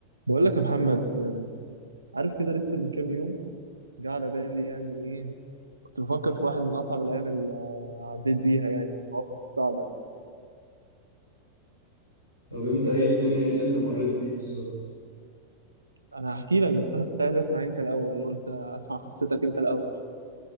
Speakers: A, on the right; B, on the left.
A: بقول لك يا محمد عارف كده لسه من كام يوم جه على بالي يعني ايه كنت بفكر في واحد من اصعب الايام اللي عديت بيها يعني والمواقف الصعبه يعني
B: طب انت ايه الدنيا ايه اللي انت مريت بيه بالظبط
A: انا هحكي لك بس انا كنت عايز اسمع انت الاول قلت اسمع قصتك انت الاول